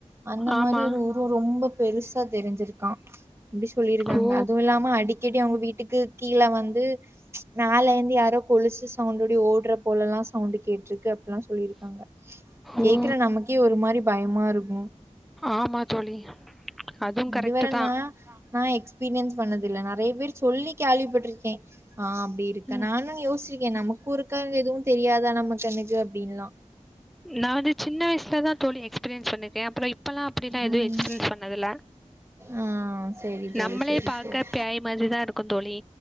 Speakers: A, on the right (about 20°); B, in the centre.
A: அந்த
B: ஆமா
A: மாரி ஒரு உருவோ ரொம்ப பெருசா தெரிஞ்சிருக்கா அப்டி சொல்லியிருக்காங்க
B: ஓ
A: அதுவும் இல்லாம அடிக்கடி அவங்க வீட்டுக்கு கீழ வந்து மேலந்து யாரோ கொலுசு சவுண்டோடி ஓட்ற போலல்லா சவுண்டு கேட்டுருக்கு அப்படிலா சொல்லியிருக்காங்க கேக்குற
B: ஓ
A: நமக் கே ஒரு மாரி பயமா இருக்கு
B: ஆமா தோழி அதுவும்
A: இதுவரன்னா
B: கரெக்ட் தான்
A: இ நா எக்ஸ்பீரியன்ஸ் பண்ணதில்ல நெறைய பேர் சொல்லி கேள்விப்பட்டிருக்கே ஆ அப்டி ற்க
B: ம்
A: நானு யோசிச்சிருக்கே நமக்கு இருக்காங்க எதுவும் தெரியாதா நமக்கு கண்ணுக்கு அப்படின்னுலா
B: நா வந்து சின்ன வயசுல தான தோழி எக்ஸ்பீரியன்ஸ் பண்ணக்கே அப்பறோ இப் பல்லா அப்டிலா எது
A: ம்
B: எஸ்பீரியன்ஸ் பண்ணதில்ல
A: ஆ சேரி தோழி
B: நம்மளே
A: சேரி
B: பாக்க
A: சேரி
B: பேய் மாதிரிதா இருக்கோ தோழி